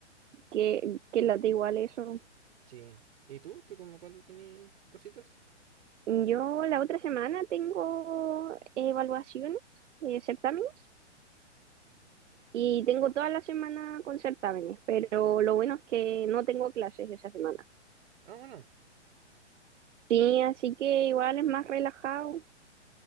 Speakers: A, on the right; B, on the right.
A: que, que late igual eso.
B: Sí. ¿Y tú? ¿Tú como cuándo tenías cositas?
A: Yo la otra semana tengo evaluaciones, eh, certámenes, y tengo toda la semana con certámenes, pero lo bueno es que no tengo clases esa semana.
B: Ah, bueno.
A: Sí, así que igual es más relajado.